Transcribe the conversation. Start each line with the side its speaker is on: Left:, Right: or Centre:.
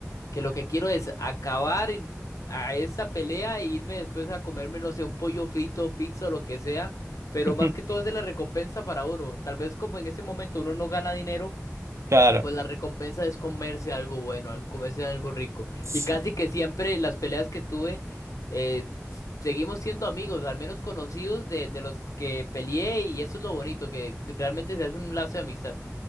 Left: que lo que quiero es acabar y- a esta pelea e irme después a comerme, no sé, un pollo frito, pizza o lo que sea, pero
Right: <laughs>
Left: más que todo es de la recompensa para uno. Tal vez como en ese momento uno no gana dinero,
Right: Claro,
Left: pues la recompensa es comerse algo bueno, al- comerse algo rico.
Right: Sí.
Left: Y casi que siempre las peleas que tuve, eh, s- seguimos siendo amigos, al menos conocidos de, de los que peleé y eso es lo bonito, que realmente se hace un lazo de amistad.